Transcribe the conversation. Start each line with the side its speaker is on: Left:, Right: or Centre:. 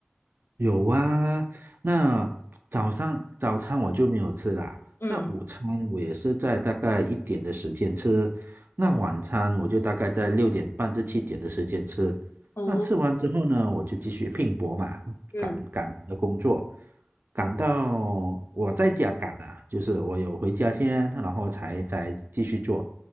Right: 有啊，那早上早餐我就没有吃啦。
Left: 嗯，
Right: 那午餐我也是在大概一点的时间吃，那晚餐我就大概在六点半至七点的时间吃。
Left: 哦，
Right: 那吃完之后呢，我就继续拼搏嘛，
Left: 嗯
Right: 赶赶我的工作，赶到我在家赶啊，就是我有回家先，然后才才继续做。